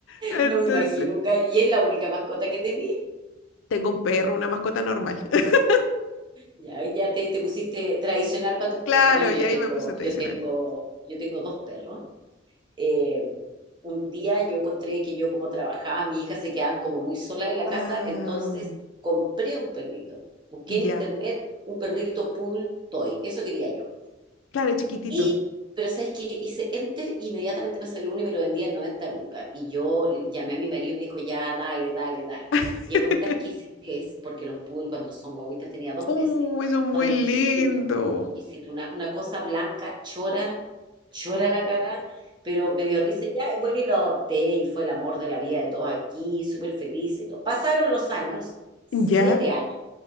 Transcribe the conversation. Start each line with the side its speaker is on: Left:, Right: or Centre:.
Left: Entonces,
Right: No me imagino un gallo. ¿Y es la única mascota que tenía?
Left: tengo un perro, una mascota normal. <laughs>
Right: Ya, ahí ya te, te pusiste tradicional para tus cosas.
Left: Claro,
Right: Bueno, yo
Left: y ahí
Right: tengo,
Left: me puse tradicional.
Right: yo tengo, yo tengo dos perros. Eh, un día yo encontré que yo como trabajaba, mi hija se quedaban como muy sola en la
Left: Ah,
Right: casa, entonces compré un perrito. Busqué
Left: ya.
Right: en internet un perrito pool toy. Eso quería yo.
Left: Claro, chiquitito.
Right: Y, pero sabes que hice enter, inmediatamente me salió uno y me lo vendía en 90 lucas. Y yo llamé a mi marido y me dijo, ya, dale, dale, dale.
Left: <laughs>
Right: Llegó esta exquisitez, porque los poodle cuando son guaguitas tenía dos
Left: Uy,
Right: meses.
Left: son muy
Right: Son exquisitos,
Left: lindos.
Right: exquisitos. Una, una cosa blanca, chora, chora la caga, pero me dio risa ya. Y bueno, y lo adopté y fue el amor de la vida de todos aquí, súper feliz y todo. Pasaron los años, siete
Left: Ya.
Right: años,